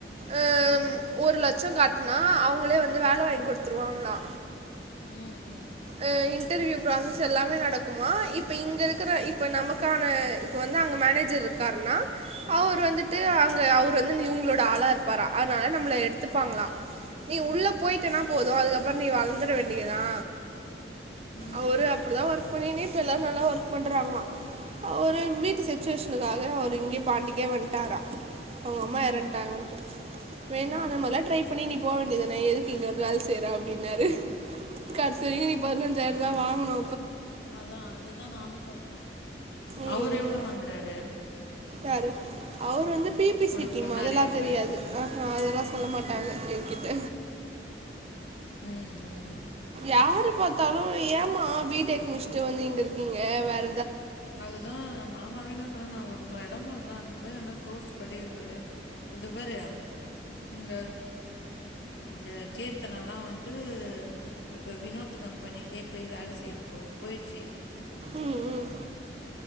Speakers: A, on the right; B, on the left.
A: அஹ்
B: ம் ம்
A: ஒரு லட்சம் கட் நா அவங்களே வந்து வேல வாங்கி குடுத்துருவாங்கலா
B: ம் ம்
A: அஹ் இன்டர்வியூ ப்ராசஸ் எல்லாமே நடக்குமா இப்ப இங்க இருக்கிற இப்ப நமக்கான இப்ப வந் னா அங்க மேனேஜர் இருக்காருனா அவரு வந்துட்டு அங்க அவரு வந்து இவங்களோட ஆளா இருப்பாரா நம்மள எடுத்துப்பாங்களா நீ உள்ள போயிட்டனா போது அதுக்கப்புற நீ வளர்ந்துட வேண்டியதா
B: ம்
A: அவரு
B: ம்
A: அப்டிதான் ஒர்க் பண்ணினே‌ இப்ப எல்லாரு நல்லா ஒர்க் பண்றாங்களா அவரு வீட்டு சிச்சுவேஷனுக்காக அவர் இங்கயே பாண்டிக்கே வந்ன்டாரா அவ்ங்
B: ம்
A: அம்மா
B: ம்
A: இறந்துட்டாங்கண்டு வேணா
B: ம்
A: அந்த மாதிரிலா
B: ம்
A: ட்ரை பண்ணி நீ போக வேண்டியது தான எதுக்கு நீ இங்க வந்து வேல செய்யற அப்டின்னாரு கடைசி வரைக்கு நீ பதினஞ்சாயிரந் தா வாங்கனு
B: அதா அதேதா நானு சொல்றே
A: ம்
B: அவரு
A: ம்
B: எவ்ளோ வாங்குறாரு
A: யார் அவர் வந்து பீ பி சீக்கிம்
B: உனக்கு சொன்னாரே
A: அதெல்லா
B: அவரு
A: தெரியாது ஆஹா அதெல்லா சொல்ல மாட் டாங்க என்கிட்ட
B: ம் ம்
A: யாரு பார்த்தாலு ஏமா பி டெக் முடிச்சிட்டு வந்து இங்க இருக்கீங்க வேற
B: அதுதா மாமாவே என்னா சொன்னாலும் நா ஒரு எடம் சொல்ற அங்கப் போய் வேனா கோர்ஸ் படிக்க சொல்லு இதபாரு இந்த இந்த கீர்த்தனலா வந்ட்டு இப்போ வினோத் கம்பெனிலயே போய் வேல செய் போய் போயிடுச்சி
A: ம் ம்